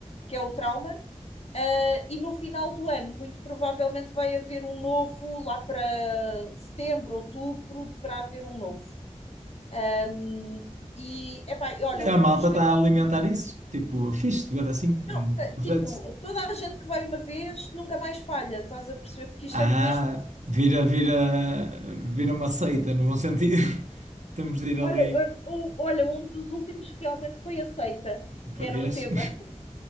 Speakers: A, on the left; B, on the right.
A: que é o trauma. Uh, e no final do ano, muito provavelmente vai haver um novo, lá para setembro, outubro, deverá haver um novo. Hum, E, epá, e olha, um
B: A malta
A: dos
B: está
A: que
B: a alimentar isso. Tipo, fixe de ver assim,
A: não,
B: um
A: t-
B: projeto.
A: tipo, toda a gente que vai uma vez nunca mais falha, estás a perceber? Porque isto
B: Ah,
A: é mesmo.
B: vira, vira, vira uma seita, no bom sentido. <laughs> Temos de ir
A: Olha,
B: ali
A: olha, o- olha, um dos últimos que realmente foi aceita,
B: para
A: que era
B: vês.
A: o tema.